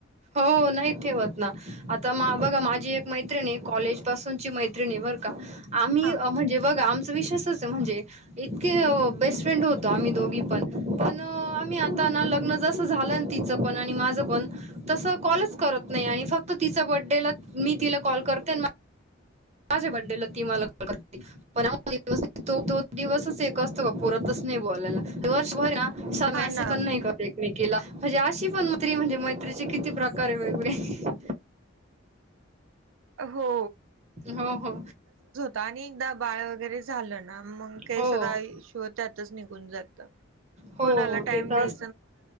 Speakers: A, on the right; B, on the right.
A: हो नाही ठेवत ना आता बघा माझी एक मैत्रिणी कॉलेज पासूनची मैत्रिणी बर का आम्ही
B: हा
A: म्हणजे बघा आमच विश्वासच आहे म्हणजे इतके बेस्ट फ्रेंड होतो आम्ही दोघी पण पण मी आता ना लग्न जसं झालं तिचं पण आणि माझं पण तस कॉलच करत नाही आणि फक्त तिचा बर्डेला मी तिला कॉल करते. माझ्या बर्थडे ती मला कॉल करते. पण तो तो दिवसच एक असतो का पुरतच नाही बोलायला वर्षभर ना सधा
B: हा
A: मॅसेज
B: ना
A: पण नाही करत. एकमकीला म्हणजे अशी पण मैत्री म्हणजे मैत्रीचे किती प्रकार आहे वेगवेगळे
B: हो
A: हो हो
B: कानियकदा बाळ वगैरे झालं ना मग काही
A: हो,
B: सग
A: हो.
B: इशू त्यातच निघून जात
A: हो
B: कोणाला टाइम
A: ते तर
B: द्याय.